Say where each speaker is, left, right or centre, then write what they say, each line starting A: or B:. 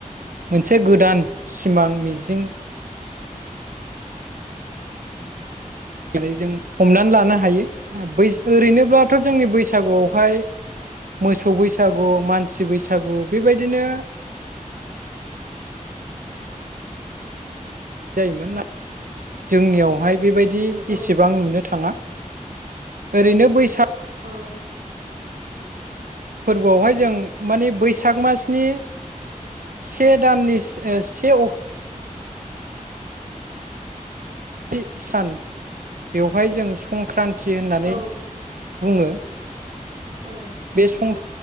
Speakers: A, on the right; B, on the right.
A: मोनसे गोदान सिमां मिजिं <unintelligible> जों हमनानै लानो हायो बै ओरै नोब्लाथ जोंनि बैसागु
B: औ
A: आवहाय मोसौ बैसागु मानसि बैसागु बेबायदिनो जायोमोन ना जोंनियावहाय बेबाय दि
B: औ
A: एसेबां नुनो थांङा। ओरैनो बैसाग
B: औ
A: फोर्बो आवहाय जों माने बैसाग मासनि से दाननि ओ से अक थि सान बेवहाय जों संख्रान थि होननानै
B: औ
A: बुंङो।
B: औ
A: बे सं